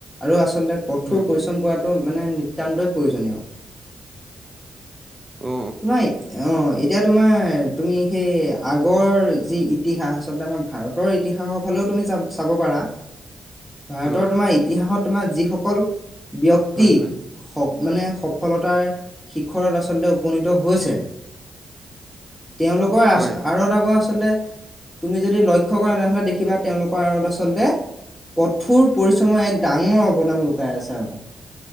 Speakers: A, in the centre; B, on the right.
A: আৰু আচলতে কঠোৰ
B: হয়
A: পৰিশ্ৰম কৰাটো মানে নিতান্তই প্ৰয়োজনীয়।
B: অ
A: তোমাৰ অ এতিয়া তোমাৰ তুমি সেই আগৰ যি ইতিহাস আচলতে আমাৰ ভাৰতৰ ইতিহাসৰ ফালেও তুমি যা চাব পাৰা। ভাৰতৰ
B: অ অ
A: তোমাৰ ইতিহাসত তোমাৰ যিসকল ব্যক্তি
B: হয় হয়
A: স মানে সফলতাৰ শিখৰত আচ লতে উপনীত হৈছে তেওঁলোকৰ আ
B: হয়
A: আৰু এটা কোৱা আচলতে তুমি যদি লক্ষ্য কৰা তেনেহলে দেখিবা তেওঁলোকৰ আঁৰত আচলতে কঠোৰ পৰিশ্ৰমৰ এক ডাঙৰ অৱদান লুকাই আছে আকৌ।